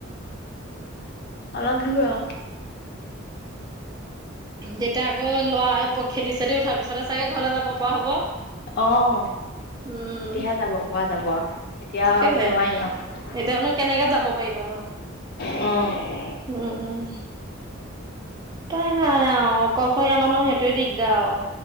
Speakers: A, on the left; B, on the right.
A: অলপ দূৰ আৰু।
B: তেতিয়া আকৌ ল'ৰা, খেতি-চেতি উঠাৰ পিছতে চাগৈ ঘৰলৈ যাব পৰা হ'ব?
A: অ'।
B: উম
A: তেতিয়াহে যাব পৰা যাব আৰু, এতিয়া
B: তাকেহে
A: আৰু নোৱাৰি আৰু।
B: এতিয়ানো কেনেকে যাব পাৰিবা নো?
A: অ'।
B: উম, উম। উপাই নাই আৰু, অকলশৰীয়া মানুহ সেইটোৱে দিগদাৰ আৰু।